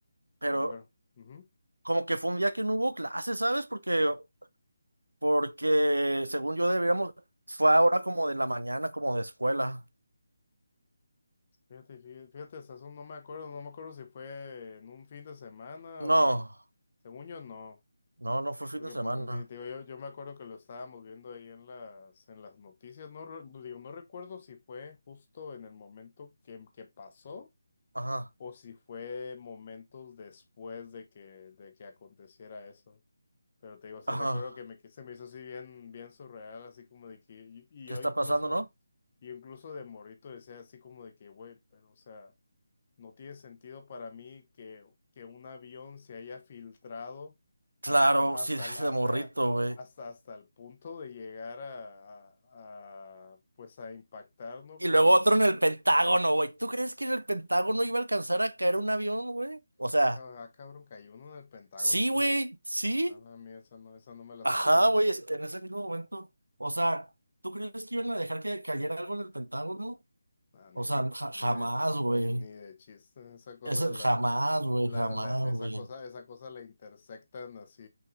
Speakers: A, on the right; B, on the left.
A: Pero
B: Sí, yo me acuerdo. Ujú.
A: como que fue un día que no hubo clases, ¿sabes? Porque, porque según yo deberíamos, fue ahora como de la mañana, como de escuela.
B: Fíjate, fíjate, fíjate, hasta eso no me acuerdo, no me acuerdo si fue en un fin de semana
A: No,
B: o según yo no,
A: no, no fue fin
B: porque
A: de semana.
B: pues, di- digo, yo, yo me acuerdo que lo estábamos viendo ahí en las, en las noticias, no, re- no digo, no recuerdo si fue justo en el momento que, que pasó
A: Ajá.
B: o si fue momentos después de que, de que aconteciera eso. Pero te digo, sí
A: Ajá.
B: recuerdo que, me, que se me hizo así bien, bien surreal, así como de que, y, y
A: ¿Qué
B: yo
A: está
B: incluso,
A: pasando, no?
B: y incluso de morrito decía así como de que, güey, pero o sea, no tiene sentido para mí que, que un avión se haya filtrado
A: Claro,
B: hasta, el- hasta,
A: sí, <laughs> desde
B: el- hasta,
A: morrito, güey.
B: hasta, hasta el punto de llegar a, a, a, pues a impactar, ¿no?
A: Y
B: Con,
A: luego otro en el Pentágono, güey. ¿Tú crees que en el Pentágono iba a alcanzar a caer un avión, güey? O
B: ah,
A: sea,
B: cab- ah, cabrón, cayó uno en el Pentágono
A: sí,
B: también.
A: güey, sí.
B: Ah, mira, esa no, esa no me la
A: Ajá,
B: sabía.
A: güey, es- en ese mismo momento. O sea, ¿tú crees que iban a dejar que cayera algo en el Pentágono?
B: No, ni
A: O
B: de,
A: sea, ja-
B: ni
A: jamás,
B: de, ni,
A: güey.
B: ni, ni de chiste. Esa cosa
A: Eso-
B: la,
A: jamás, güey,
B: la,
A: jamás,
B: la, esa
A: güey.
B: cosa, esa cosa la intersectan así